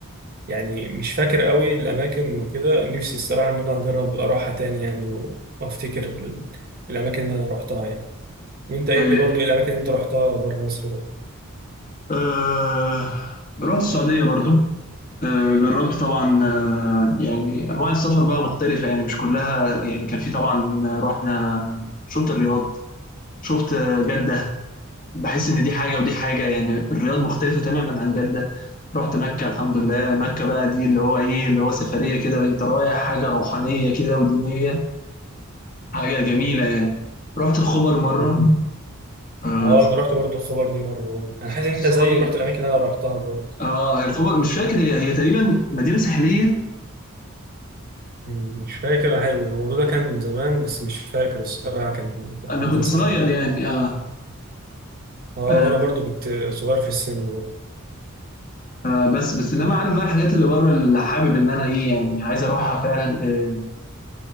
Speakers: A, on the right (about 45°); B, on the left (about 40°).
A: يعني مش فاكر قوي الاماكن وكده نفسي الصراحه ان انا اجرب اروحها تاني يعني و- وافتكر ال- الاماكن اللي انا روحتها يعني وانت ايه
B: أيوة.
A: برضو ايه الاماكن اللي انت روحتها بره مصر برضه
B: آه... رحت السعودية برضو آه، جربت طبعا آه، يعني انواع السفر بقى مختلفه يعني مش كلها يعني كان في طبعا آه، رحنا شفت الرياض شفت آه، جده بحس ان دي حاجه ودي حاجه يعني الرياض مختلفه تماما عن جده رحت مكه الحمد لله مكه بقى دي اللي هو ايه اللي هو سفريه كده انت رايح حاجه روحانيه كده ودينيه حاجه جميله يعني رحت الخبر مره
A: مم.
B: آه،
A: اه انا رحت برضو الخبر دي مره برضه. انا حاسس
B: كنت
A: ان انت
B: صغير
A: زيي رحت الاماكن اللي انا روحتها برضه
B: اه هي الخبر مش فاكر هي هي تقريبا مدينه ساحليه
A: مم، مش فاكر حاجة الموضوع ده كان زمان بس مش فاكر الصراحه كان كانت
B: انا
A: مدينه
B: كنت
A: ساحليه
B: صغير يعني اه
A: اه
B: آه.
A: وانا برضو كنت صغير في السن برضو
B: آه، بس بس انما عارف بقى الحاجات اللي بره اللي حابب ان انا ايه يعني عايز اروحها فعلا آه،